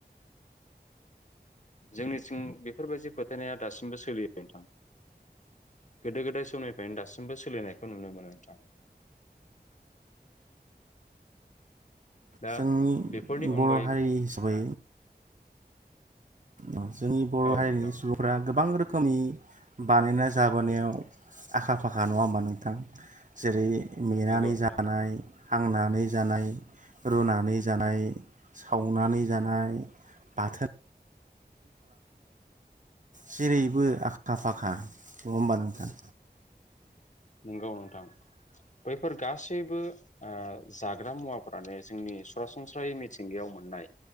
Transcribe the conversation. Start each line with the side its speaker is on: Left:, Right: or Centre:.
Left: जोंनि थिं बेफोरबायदि फोथायनाया दासिमबो सोलियो नोंथां गोदो गोदाय समनिफ्रायनो दासिमबो सोलिनायखौ नुनो मोनो नोंथां। दा
Right: जोंनि
Left: बेफोरनि अनगायै
Right: बर' हारि हिसाबै औ जोंनि बर'
Left: औ
Right: हारिनि
Left: नोंथां
Right: सुबुंफ गोबां रोखोम रोखोमनि बानायना जाबोनायाव आखा फाखा नङा होमबा नोंथां जेरै मेनानै
Left: नंगौ नोंथां
Right: जानाय हांनानै जानाय, रुनानै जानाय सावनानै जानाय, बाथोन जिरिै बेबो आखा फाखा नङा होमबा नोंथां
Left: नंगौ नोंथां बैफोर गासैबो जाग्रा मुवा फोरानो जोंनि सरासनस्रायै मिथिंगायाव मोननाय